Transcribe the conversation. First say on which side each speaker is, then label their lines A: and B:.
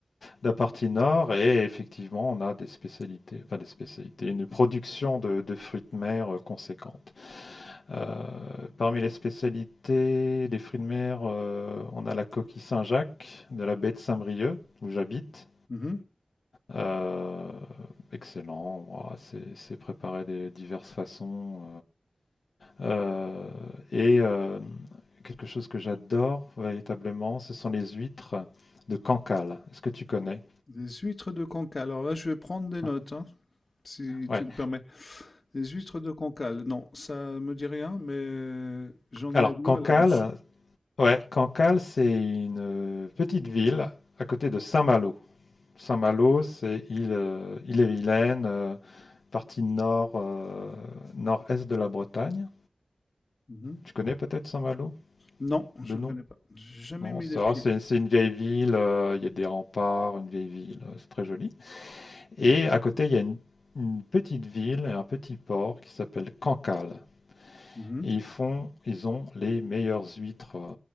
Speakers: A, on the left; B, on the left.
A: de la partie nord, et effectivement, on a des spécialités, enfin des spécialités, une production de, de fruits de mer euh, conséquente. Euh, parmi les spécialités des fruits de mer, euh, on a la coquille Saint-Jacques de la baie de Saint-Brieuc, où j'habite.
B: mhm.
A: Euh, excellent, ouah, c'est c'est préparé de diverses façons. euh. Euh, et euh, quelque chose que j'adore véritablement, ce sont les huîtres de Cancale. Est-ce que tu connais?
B: Des huîtres de Cancale. Alors là, je vais prendre des notes,
A: Ouais.
B: hein, si
A: Ouais.
B: tu me permets. Les huîtres de Cancale, non, ça me dit rien, mais j'en
A: Alors,
B: ai de l'eau
A: Cancale,
B: à la bouche.
A: ouais, Cancale, c'est une petite ville à côté de Saint-Malo. Saint-Malo, c'est île, euh, Ille-et-Vilaine, euh, partie nord, euh, nord-est de la Bretagne.
B: Mhm.
A: Tu connais peut-être Saint-Malo
B: Non,
A: de
B: je
A: nom?
B: connais pas. J'ai jamais
A: Non,
B: mis
A: ça,
B: les pieds.
A: c'est c'est une vieille ville, euh, il y a des remparts, une vieille ville, euh, c'est très joli. Et à côté, il y a une, une petite ville et un petit port qui s'appelle Cancale.
B: Mhm,
A: Et ils font, ils ont les meilleures huîtres euh,